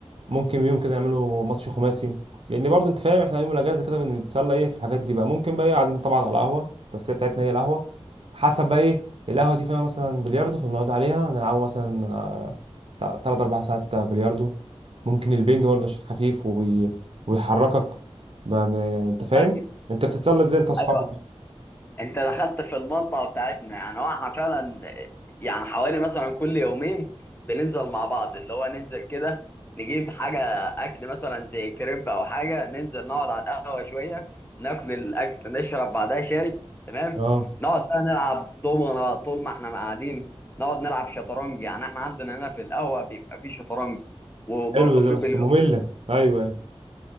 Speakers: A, on the right; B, on the left.
A: ممكن يوم كده يعملوا ماتش خماسي لان برضه انت فاهم احنا يوم الاجازه كده بنتسلى ايه في الحاجات دي بقى ممكن بقى ايه قاعدين طبعا على القهوه التسليه بتاعتنا هي القهوه حسب بقى ايه القهوه دي فيها مثلا بلياردو فبنقعد عليها نلعبوا مثلا آه، تلات اربع ساعات بلياردو ممكن البينج برضه عشان خفيف وبي... ويحركك بقى يعني انت فاهم
B: ايوه
A: انت بتتسلى ازاي انت واصحابك
B: ايوه انت دخلت في المنطقه بتاعتنا يعني واحنا فعلا يعني حوالي مثلا كل يومين بننزل مع بعض اللي هو ننزل كده نجيب حاجه اكل مثلا زي كريب او حاجه ننزل نقعد على القهوه شويه ناكل الاكل نشرب بعدها شاي تمام
A: اه
B: نقعد بقى نلعب دومنا طول ما احنا قاعدين نقعد نلعب شطرنج يعني احنا عندنا هنا في القهوه بيبقى في شطرنج وبرضه
A: حلو ده
B: في
A: بس
B: بلياردو
A: ممله ايوه ايوه